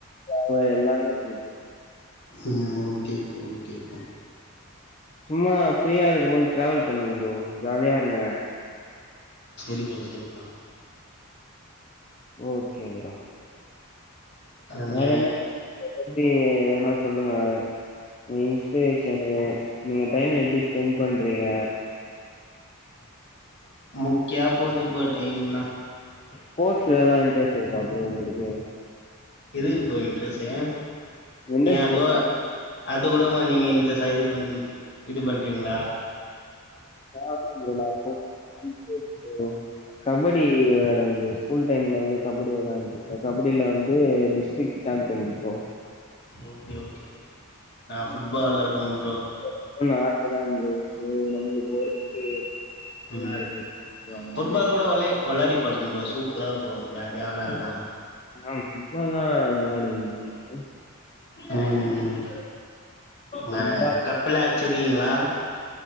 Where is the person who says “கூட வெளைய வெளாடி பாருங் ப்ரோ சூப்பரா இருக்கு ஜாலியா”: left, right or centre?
Left